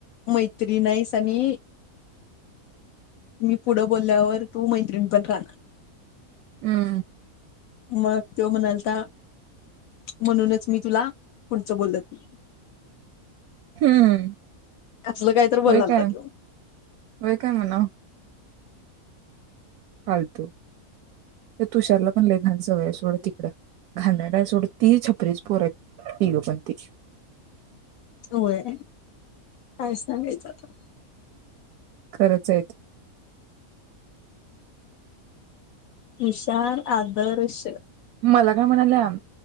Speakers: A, on the left (about 75°); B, on the right (about 90°).
A: मैत्रीण हाईस आणि मी पुढं बोलल्यावर तू मैत्रीणपण राहणार.
B: अं.
A: मग त्यो म्हणालता, म्हणूनच मी तुला पुढचं बोलत नाही.
B: हम्म.
A: असलं काय तर बोलालता
B: होय काय,
A: तो.
B: होय काय म्हणावं. फालतू. त्या तुषारलापण लय घाण सवय हाय सोड. घानेरडा हाय सोड तिकडं. घाणेरडा हाय सोड, ती छपरीची पोरं हायत. तिघंपण ती.
A: होय. काय सांगायचं आता?
B: खरंच हायत.
A: विशाल, आदर्श
B: मला काय म्हणाल्या,